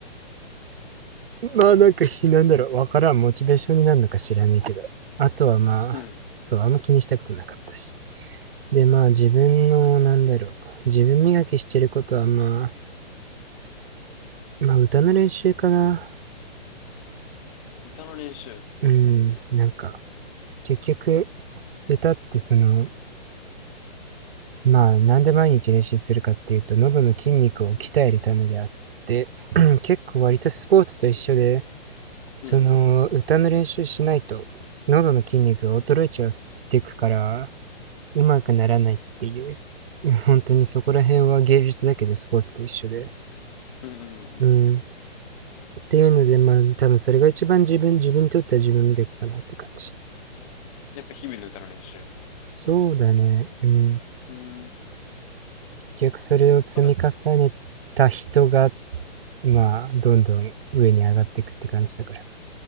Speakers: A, on the right; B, on the left.
A: まあなんかひなんだろうわからんモチベーションになるのか知らねえけどあとはまあそうあんま気にしたことなかったし
B: うん。
A: でまあ自分のなんだろう自分磨きしてることはまあまあ歌の練習かな
B: 歌の練習。
A: うんなんか結局歌ってそのまあなんで毎日練習するかっていうと喉の筋肉を鍛えるためであって
B: うん。
A: <clears throat> <laughs> 結構割とスポーツと一緒でその歌の練習しないと喉の筋肉が衰えちゃっていくから
B: うん。
A: うまくならないっていう <laughs> 本当にそこら辺は芸術だけどスポーツと一緒で
B: うんうんうん。
A: うんっていうのでまあ多分それが一番自分自分にとっては自分磨きかなって感じ
B: やっぱ日々の歌の練習。
A: そうだねうん
B: うーん。
A: 結局それを積み重ねた人が
B: それ、
A: まあどんどん上に上がっていくって感じだから